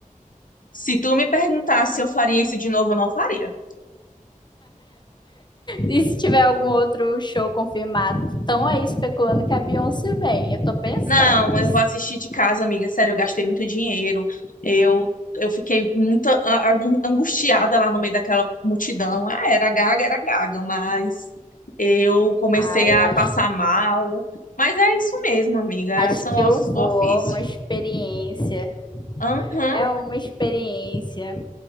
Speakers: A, on the left; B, on the left.
A: se tu me perguntasse se eu faria isso de novo, eu não faria.
B: e se tiver algum outro show confirmado, estão aí especulando que a Beyoncé vem. Eu tô pensando.
A: Não, eu vou assistir de casa, amiga. Sério, eu gastei muito dinheiro. Eu, eu fiquei muito a- a- angustiada lá no meio daquela multidão. Ah, era gaga, era gaga, mas eu comecei
B: Ah,
A: a
B: eu acho,
A: passar mal. Mas é isso mesmo, amiga.
B: acho
A: São
B: que
A: ossos
B: eu vou.
A: do ofício.
B: é Uma experiência.
A: Aham.
B: É uma experiência.